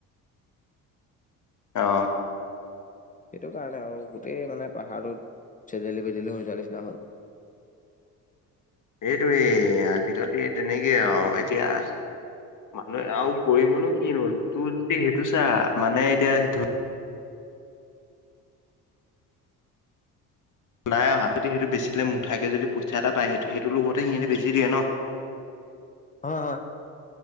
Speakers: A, on the left (about 40°); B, on the left (about 20°).
A: অহ।
B: সেইটো কাৰণে আৰু, গোটেই মানে পাহাৰত চেদেলি বেদেলি হৈ যোৱা নিচিনা হ'ল।
A: এইটোৱে, আজিকালি তেনেকে আৰু এতিয়া মানুহে আৰু কৰিবনো কিনো, তোৰ যদি সেইটো চা, মানে এতিয়া ধ নাই অহা, যদি সেইটো বেচিদিলে মুঠাকে যদি পইচা এটা পায়, সেইটো সেইটো লগতে সিহঁতি বেচি দিয়ে ন'।
B: হয় হয়।